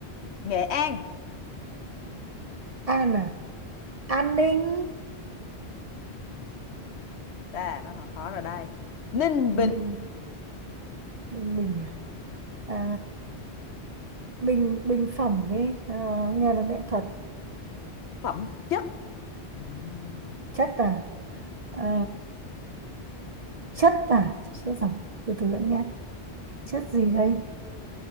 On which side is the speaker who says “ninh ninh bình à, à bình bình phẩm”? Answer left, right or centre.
Right